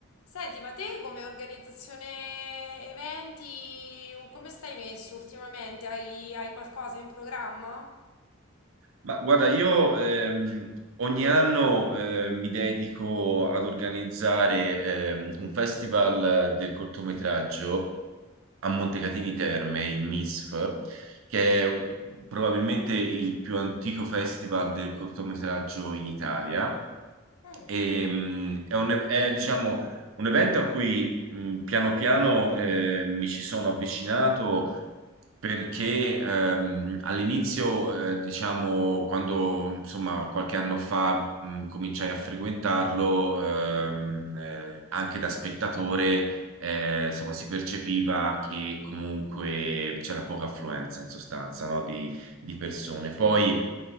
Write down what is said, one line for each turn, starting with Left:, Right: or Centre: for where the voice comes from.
Left: Senti, ma te come organizzazione eventi, come stai messo ultimamente? Hai, hai qualcosa in programma?
Right: Ma guarda, io ehm, ogni anno eh, mi dedico ad organizzare ehm, un festival del cortometraggio a Montecatini Terme, il MISF, che è probabilmente il più antico festival del cortometraggio in Italia.
Left: Mm.
Right: E, mh, è un, è, diciamo, un evento a cui mh, piano piano eh, mi ci sono avvicinato perché ehm, all'inizio, eh, diciamo, quando insomma qualche anno fa mh, cominciai a frequentarlo, ehm, eh, anche da spettatore, eh, insomma, si percepiva che comunque c'era poca affluenza in sostanza, no, di, di persone. Poi,